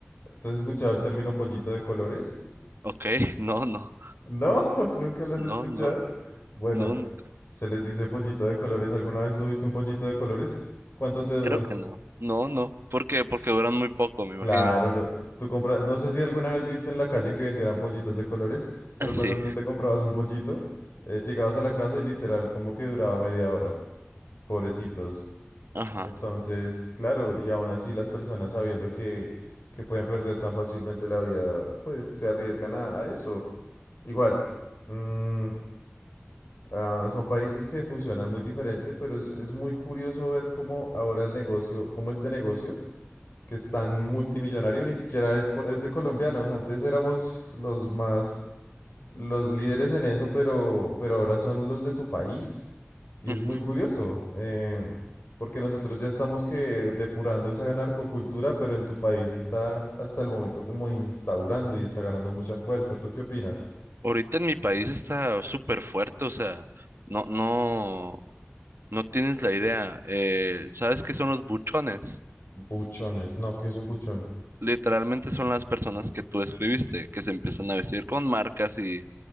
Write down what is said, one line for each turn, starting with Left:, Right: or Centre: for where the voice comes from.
Left: ¿Tú has escuchado el término pollito de colores?
Right: Ok, <laughs> no, no,
Left: No, <laughs> nunca lo has
Right: no,
Left: escuchado.
Right: no,
Left: Bueno,
Right: no, nunca.
Left: se les dice pollito de colores. ¿Alguna vez tuviste un pollito de colores? ¿Cuánto te duró?
Right: Creo que no. No, no. ¿Por qué? Porque duran muy poco, me
Left: Claro,
Right: imagino.
Left: lo- tú compras, no sé si alguna vez viste en la calle que vendieran pollitos de colores, pero
Right: Ah, Sí,
Left: cuando tú te comprabas un pollito, eh, llegabas a la casa y literal como que duraba media hora. Pobrecitos.
Right: ajá.
Left: Entonces, claro, y aún así las personas sabiendo que, que pueden perder tan fácilmente la vida, pues se arriesgan a a eso. Igual, mm, ah, son países que funcionan muy diferente, pero es, es muy curioso ver cómo ahora el negocio, cómo este negocio, que es tan multimillonario, ni siquiera es por, es de colombianos. Antes éramos los más, los líderes en eso, pero, pero ahora son los de tu país. Y
Right: ujú.
Left: es muy curioso, eh, porque nosotros ya estamos que depurando esa narcocultura, pero en tu país está hasta el momento como instaurando y está ganando mucha fuerza. ¿Tú qué opinas?
Right: Ahorita en mi país está súper fuerte, o sea, no, no, no tienes la idea. Eh, ¿sabes qué son los buchones?
Left: Buchones, no, ¿qué es un buchón?
Right: Literalmente son las personas que tú escribiste, que se empiezan a vestir con marcas y